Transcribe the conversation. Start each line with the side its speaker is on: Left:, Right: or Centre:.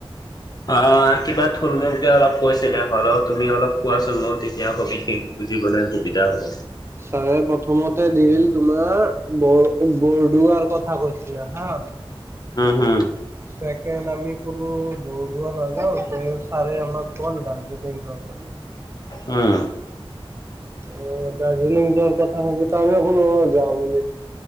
Left: অ কিবা থুলমূুলক অলপ কৈছিলে হল তুমি অলপ কোৱাচোন মোক। তেতিয়া সবিষেশ বুজিবলৈ সুবিধা হ'ব।
Right: ছাৰে প্ৰথমতে দিল তোমাৰ ব-বৰদোৱাৰ দোৱাৰ কথা কৈছিলা হা,
Left: উম হু
Right: চেকেণ্ড আমি কোনো বৰদোৱা নাযাওঁ ছাৰে আমাক দাৰ্জিলিং যোৱাৰ কথা।
Left: উম।
Right: অ দাৰ্জিলিং যোৱাৰ কথা ভাবি তো আমি কো যাওঁ।